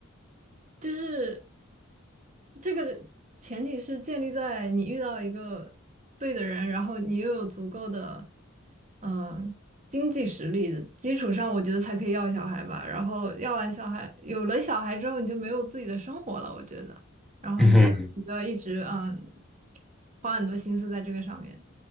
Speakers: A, on the right; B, in the centre.
A: 就是这个前提是建立在你遇到一个对的人，然后你又有足够的嗯经济实力的基础上，我觉得才可以要小孩吧。然后要完小孩，有了小孩之后，你就没有自己的生活了，我觉得。然后你就你就要一直嗯
B: <laughs> 嗯哼，
A: 花很多心思在这个上面。